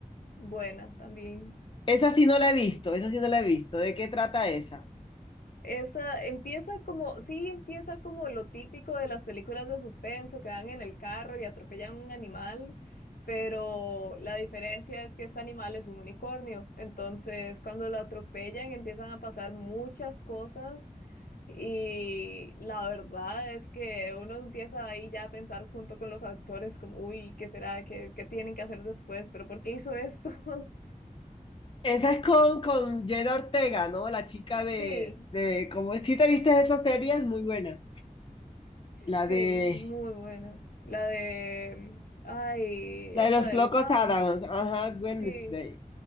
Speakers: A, on the left; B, on the left.
A: buena también.
B: Esa sí no la he visto, esa sí no la he visto. ¿De qué trata esa?
A: Esa empieza como, sí, empieza como lo típico de las películas de suspenso, que van en el carro y atropellan un animal, pero la diferencia es que este animal es un unicornio. Entonces, cuando lo atropellan, empiezan a pasar muchas cosas y la verdad es que uno empieza ahí ya a pensar junto con los actores como, uy, ¿qué será? ¿Qué, qué tienen que hacer después? ¿Pero por qué hizo esto? <laughs>
B: Esa es con, con Jenna Ortega, ¿no? La chica
A: Sí.
B: de, de, como si te viste esa serie, es muy buena. La
A: Sí,
B: de,
A: es muy buena. La de, ay,
B: la
A: esta
B: de los
A: de
B: locos
A: los Adams.
B: Adams, ajá, Wednesday.
A: Sí,